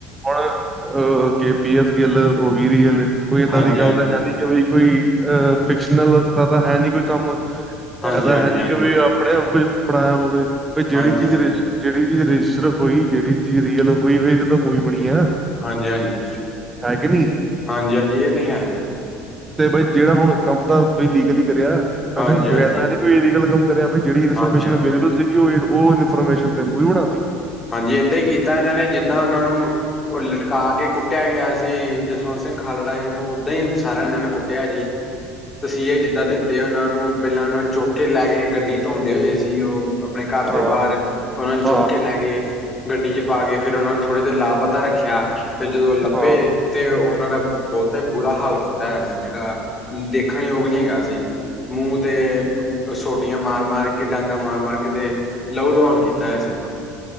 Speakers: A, on the right (about 20°); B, on the left (about 25°).
A: ਹੁਣ ਅਹ ਕੇ ਪੀ ਐਸ ਗਿੱਲ, ਉਹ ਵੀ ਰੀਅਲ, ਕੋਈ ਏਦਾਂ
B: ਹਾਂਜੀ
A: ਦੀ, ਗੱਲ ਤਾਂ ਹੈ
B: ਹਾਂਜੀ
A: ਨਈ ਕਿ ਕੋਈ ਅ ਫਿਕਸ਼ਨਲ, ਦਾ ਤਾਂ ਹੈ ਨਈ ਕੋਈ ਕੰਮ,
B: ਹਾਂਜੀ
A: ਆ ਤਾਂ ਹੈ ਨਈ
B: ਹਾਂਜੀ
A: ਕਿ ਆਪਣੇ ਬਈ ਬਣਾਇਆ ਹੋਵੇ, ਵੀ ਜਿਹੜੀ
B: ਹਾਂਜੀ
A: ਚੀਜ਼ ਜਿਹੜੀ
B: ਹਾਂਜੀ
A: ਚੀਜ਼ ਰਜਿਸਟਰ ਹੋਈ, ਜਿਹੜੀ ਚੀਜ਼ ਰੀਅਲ, ਹੋਈ ਹੋਈ ਇਹ ਤਾਂ ਮੂਵੀ ਬਣੀ ਆ
B: ਹਾਂਜੀ- ਹਾਂਜੀ
A: ਹੈ ਕਿ ਨਹੀਂ
B: ਹਾਂਜੀ- ਹਾਂਜੀ, ਇਹ ਤੇ ਹੈ ਹੀ ਬੇ
A: ਤੇ ਬਈ ਜਿਹੜਾ ਹੁਣ ਕੰਮ ਤਾਂ, ਬਈ ਲੀਗਲੀ ਕਰਿਆਂ ਇਹਨਾਂ
B: ਹਾਂਜੀ
A: ਨੇ, ਵਗੈ
B: ਹਾਂਜੀ
A: ਜਾਂ ਤੇ ਕੋਈ ਇਲਗਲ ਕੰਮ ਕਰਿਆ, ਜਿਹੜੀ ਇਨਫੋਰਮੇਸ਼ਨ
B: ਹਾਂਜੀ ਹਾਂਜੀ
A: ਅਵੇਬਲ ਸੀਗੀ, ਉ ਉਹ ਇਨਫੋਰਮੇਸ਼ਨ ਤੇ, ਮੂਵੀ ਬਣਾ ਤੀ
B: ਹਾਂਜੀ, ਏਦਾਂ ਹੀ ਕੀਤਾ ਇਹਨਾਂ ਨੇ, ਜਿੱਦਾਂ ਉਹਨਾਂ ਨੂੰ ਉਹ ਲਟਕਾ ਕੇ, ਕੁੱਟਿਆਂ ਗਿਆ ਸੀ, ਜਸਵੰਤ ਸਿੰਘ ਖਾਲੜਾ ਜੀ ਨੂੰ, ਓਦਾਂ ਹੀ ਸਾਰਿਆ ਨੇ ਏਨੂੰ, ਕੁੱਟਿਆ ਸੀ, ਤਸੀਹੇ ਜਿੱਦਾਂ ਦੇ ਤੇ ਉਹਨਾਂ ਨੂੰ, ਪਹਿਲਾਂ ਉਹਨਾਂ ਨੂੰ ਚੁਕ ਲੈ ਗਏ, ਗੱਡੀ ਧੋਂਦੇ ਹੋਏ ਸੀ ਉਹ ਆਪਣੇ ਘਰ
A: ਹਾਂ
B: ਦੇ ਬਾਹਰ, ਉਹਨਾਂ ਨੂੰ ਚੱਕ
A: ਹਾਂ
B: ਕੇ ਲੈ ਗਏ ਗੱਡੀ ਚ ਪਾ ਕੇ, ਫੇਰ ਉਹਨਾਂ ਨੇ ਥੋੜ੍ਹੀ ਦੇਰ ਲਾਪਤਾ, ਰੱਖਿਆ ਫੇ ਜਦੋਂ ਲੱਭੇ
A: ਹਾਂ
B: ਤੇ ਉਹਨਾਂ ਦਾ ਬਹੁਤਾ ਹੀ, ਬੁਰਾ ਹਾਲ ਕੀਤਾ ਹੈਆ ਸੀ, ਜਿਹੜਾ ਦੇਖਣ ਯੋਗ ਨਈ ਹੈਗਾ ਸੀ। ਮੂੰਹ ਤੇ ਸੋਟੀਆਂ, ਮਾਰ -ਮਾਰ ਕੇ ਡਾਂਗਾ ਮਾਰ- ਮਾਰ ਕੇ ਤੇ ਲਊ ਲੋਉਣ, ਕੀਤਾ ਹੋਏ ਸੀਂ ਉਹਨੂੰ